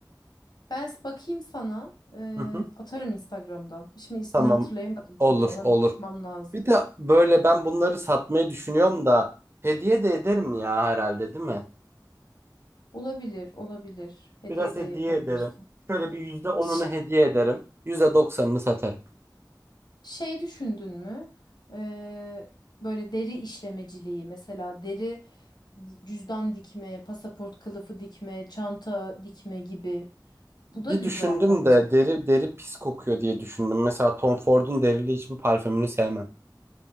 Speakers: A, on the left; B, on the right.
A: Ben s- bakayım sana. Ee,
B: Hı hı.
A: atarım Instagram'dan. Şimdi ismini
B: Tamam
A: hatırlayamadım çünkü
B: olur
A: ona
B: olur.
A: bir bakmam lazım.
B: Bir de böyle ben bunları satmayı düşünüyorum da hediye de ederim ya herhalde değil mi?
A: Olabilir, olabilir. Hediye
B: Biraz
A: de
B: hediye
A: yapabilirsin.
B: ederim. Şöyle bir yüzde onunu
A: Hiç
B: hediye ederim. Yüzde doksanını satarım.
A: şey düşündün mü? Ee, böyle deri işlemeciliği mesela deri d- cüzdan dikme, pasaport kılıfı dikme, çanta dikme gibi.
B: Bir
A: Bu da güzel
B: düşündüm
A: bence.
B: de deri deri pis kokuyor diye düşündüm. Mesela Tom Ford'un derili hiçbir parfümünü sevmem.